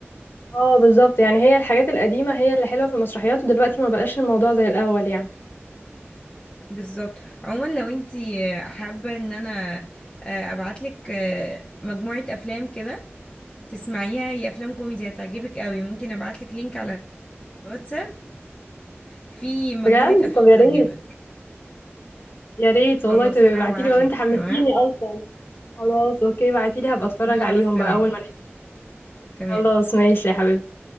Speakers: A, on the left (about 55°); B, on the left (about 20°).
A: اه بالظبط يعني هي الحاجات القديمه هي اللي حلوه في المسرحيات ودلوقتي ما بقاش الموضوع زي الاول يعني
B: بالظبط عموما لو انتي حابة ان انا آه، ابعتلك آه، مجموعة افلام كده تسمعيها هي افلام كوميدي هتعجبك قوي ممكن ابعتلك لينك على الواتساب في مجموعة
A: بجد
B: افلام
A: طب
B: تعجبك
A: يا ريت يا ريت والله
B: خلاص
A: تبقي
B: انا
A: ابعتيلي
B: هبعتلك
A: والله انت حمستيني
B: تمام
A: اصلا خلاص اوكي بعتيلي هبقى اتفرج
B: <laughs> خلاص
A: عليهم
B: تمام
A: بقى اول ما نقفل.
B: تمام
A: خلاص ماشي يا حبيبتي